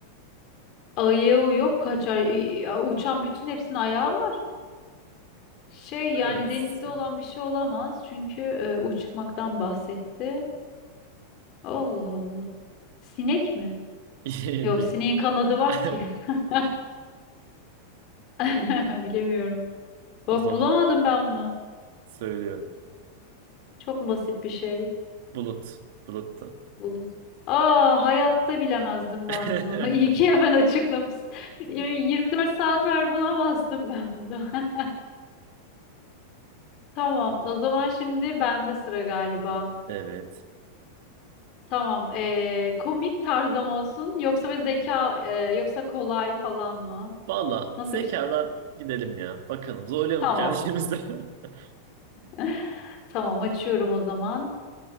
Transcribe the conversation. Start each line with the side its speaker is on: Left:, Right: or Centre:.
Left: Ayağı yok kaçar. İ- ya, uçan bütün hepsinin ayağı var. Şey
Right: evet
Left: yani denizde
Right: <laughs>
Left: olan bir şey olamaz. Çünkü e, uçmaktan bahsetti. Allah Allah. Sinek mi?
Right: değil.
Left: Yok sineğin kanadı var
Right: <laughs>
Left: ki. <laughs> <laughs> Bilemiyorum.
Right: O
Left: Bak
Right: zaman
Left: bulamadım ben bunu.
Right: Söylüyorum.
Left: Çok basit bir şey.
Right: Bulut. Buluttu.
Left: Bulut. Aa hayatta bilemezdim
Right: <laughs>
Left: ben bunu. <laughs> İyi ki hemen açıklamışsın. <laughs> yirmi dört saat ver bulamazdım ben bunu. <laughs> Tamam. O zaman şimdi bende sıra galiba.
Right: Evet.
Left: Tamam. ee, komik tarzım olsun. Yoksa bir zeka ee, yoksa kolay falan mı?
Right: Valla
Left: Nasıl
Right: zekadan
Left: bir şey?
Right: gidelim ya. Bakalım zorlayalım
Left: Tamam.
Right: kendimizi. <laughs>
Left: <laughs> Tamam açıyorum o zaman.